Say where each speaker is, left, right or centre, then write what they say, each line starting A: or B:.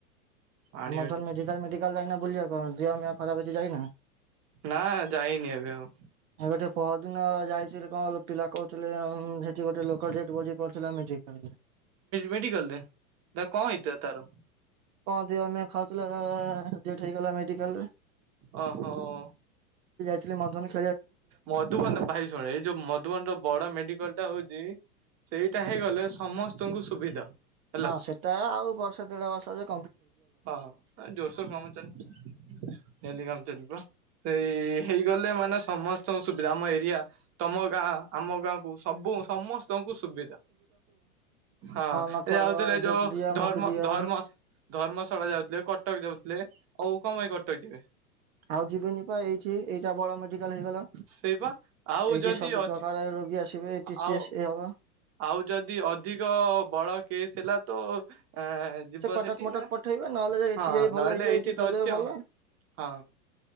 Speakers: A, on the right; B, on the right.
A: ଆଣିବା
B: ଆମ ଧର
A: କିଛି
B: ମେଡିକାଲ, ମେଡିକାଲ ଯାଇନା ବୁଲିବାକୁ ଦେହ ମିଆଁ ଖରାପ ହେଇଛି ଯାଇନା?
A: ନା ଯାଇନି ଏବେ ଆଉ
B: ଏବଟେ ପଦିନ ଯାଇଥିଲୁ କଣ ପିଲା କହୁଥିଲେ, ସେଠି ଗୋଟେ ଲୋକାଲ ଡେଡବଡି କରିଥିଲା ମ୍ୟାଜିକ,
A: ମେଡିକାଲରେ ତା କଣ ହେଇଥିଲା ତାର
B: ହଁ ଯ ଆମେ ଖାଉଥିଲା, ଡେଥ ହେଇଗଲା ମେଡିକାଲ ରେ।
A: ଓ ହୋ ହ
B: ମନ ଧୋ <unintelligible>
A: ମଧୁବନ ଭାଇ ଶୁଣ, ଏଇ ଯୋଉ ମଧୁବନ ର ବଡ ମେଡିକାଲ ଟା ହଉଛି ସେଇ ଟା ହେଇଗଲେ ସମସ୍ତଙ୍କୁ ସୁବିଧା ହେଲା
B: ହଁ ସେଟା ଆଉ ବର୍ଷ ଦେଢ ବର୍ଷ ଯ
A: ହଁ ଜୋରସୋର କାମ ଚାଲିଛି ଡେଲି କମ ଚାଲିବ। ସେଇ ହେଇଗଲେ ମାନେ ସମସ୍ତଙ୍କୁ ସୁବିଧା ଆମ ଏରିଆ ତମ ଗାଁ ଆମ ଗାଁକୁ ସବୁ ସମସ୍ତଙ୍କୁ ସୁବିଧା। ହଁ
B: ଅ ନଠୁଆବ
A: ଏ ଯାଉଥିଲେ
B: ଯୋଗଡିଆ
A: ଯୋଉ ଧର୍ମ,
B: ମୁକୁଡିଆ
A: ଧର୍ମ ଧର୍ମଶାଳା ଯାଉଥିଲେ, କଟକ ଯାଉଥିଲେ, ଆଉ କଣ ପାଇଁ କଟକ ଯିବେ?
B: ଆଉ ଯିବେନିପା ଏଇଠି, ଏଇଟା ବଡ ମେଡିକାଲ ହେଇଗଲା।
A: ସେଇପା ଆଉ
B: ଏଇଠି
A: ଯଦି
B: ସବୁ
A: ଅ
B: ପ୍ରକାର ରୋଗୀ ଆସିବେ ଏଠି
A: ଆଉ
B: ଟେଷ୍ଟ ଇଏ ହବ
A: ଆଉ ଯଦି ଅଧିକ ବଡ କେସ୍ ହେଲା ତ, ଅ ଯିବ
B: ସେ କଟକ
A: ସେଠି
B: ମଟକ
A: ନା
B: ପଠେଇବେ ନହେଲେ ଯ ଏଇଠି
A: ହଁ
B: ଯାଇ ଭଲ
A: ନହେଲେ
B: ହେଇଯିବ, ଏଇଠି
A: ତ
B: କରିଦେବେ
A: ଅଛି
B: ଭଲ।
A: ଆଉ ହଁ